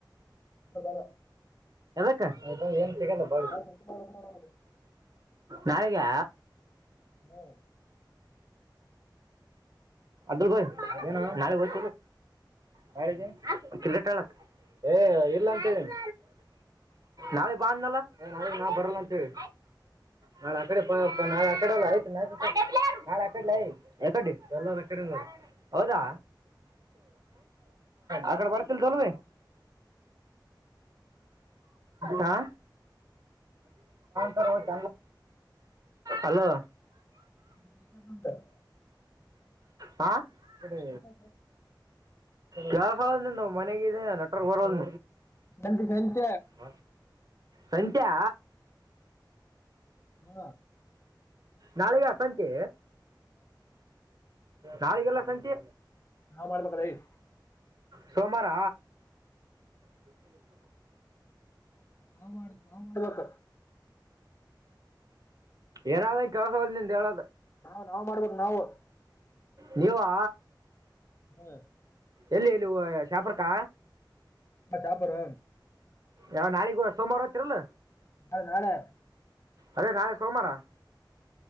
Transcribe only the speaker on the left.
ರ <unintelligible>
ನಾಳೆ ಸಂಜೆ ಮಾಡ್ಬೇಕು ನೋಡು ಅವ್ನು.
ಹ್ಮ್
<unintelligible>
ಸಂಜೆ
ನಂಡ ಸಂಚ
ಹ್ಮ
ನಾವ್ ಮಾಡ್ಬೇಕಲ್ಲ ಏಯ್.
ನಾವ್ ಮಾಡ ನಾವ್ ಮಾಡ್ಬೇಕ
ನಾವ್ ನಾವ್ ಮಾಡ್ಬೇಕೇಕ್ ನಾವು
ಹ್ಮ್
ನಾ ಟಾಪರ್
ನಾಳೆ ನಾಳೆ